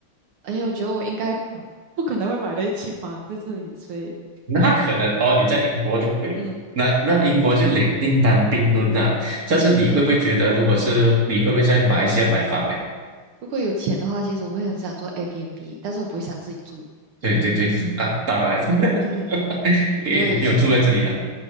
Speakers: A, on the right; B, on the right.
A: 而且我觉得我应该 <laughs> 不可能会买得起房在这里，所以
B: 那可能哦，你在英国就没有那那英国就另另当别论了。
A: 嗯
B: 但是你会不会觉得，
A: 嗯。
B: 如果是你会不会在马来西亚买房呢？
A: 如果有钱的话，其实我会很想做 Airbnb，但是我不会想自己住。
B: 对对对，<laughs> 啊，当然，<laughs>
A: 嗯，
B: 因为你没有住在这里啊。
A: 如果有钱的话，